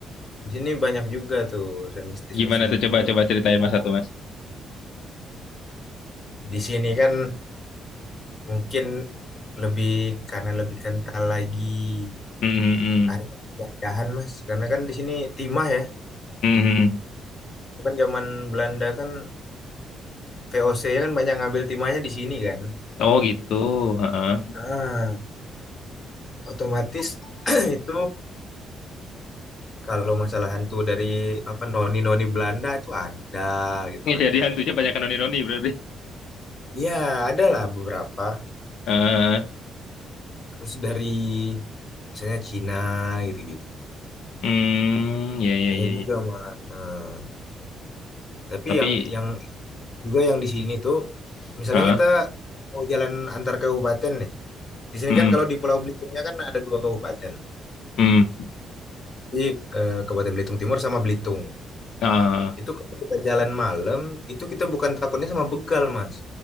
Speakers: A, on the left (about 35°); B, on the left (about 75°).
A: Di sini banyak juga tuh urusan mistis-mistis
B: gimana tuh
A: gitu
B: coba-coba
A: kalau
B: ceritain
A: Karena
B: mas satu mas.
A: di sini kan mungkin lebih karena lebih kental lagi
B: Hmm, hmm, hmm.
A: area penjajahan Mas. Karena kan di sini timah ya.
B: Hmm, hmm, hmm.
A: Kan zaman Belanda kan VOC kan banyak ngambil timahnya di sini kan.
B: Oh gitu. Heeh.
A: Ah, otomatis <clears throat> itu kalau masalah hantu dari apa noni-noni Belanda itu ada gitu
B: <laughs>
A: kan.
B: Jadi hantunya banyak noni-noni berarti.
A: Iya, ada lah beberapa.
B: Heeh.
A: Terus dari misalnya Cina gitu-gitu.
B: Hmm, ya ya
A: Ada
B: ya
A: juga
B: ya.
A: mah. Eh, tapi
B: Tapi
A: yang yang juga yang di sini tuh misalnya
B: heeh.
A: kita mau jalan antar kabupaten nih. Di sini
B: Hmm.
A: kan kalau di Pulau Belitungnya kan ada dua kabupaten.
B: Hmm.
A: Di eh, Kabupaten Belitung Timur sama Belitung.
B: Ah,
A: Itu kalau kita jalan malam, itu kita bukan takutnya sama begal, Mas.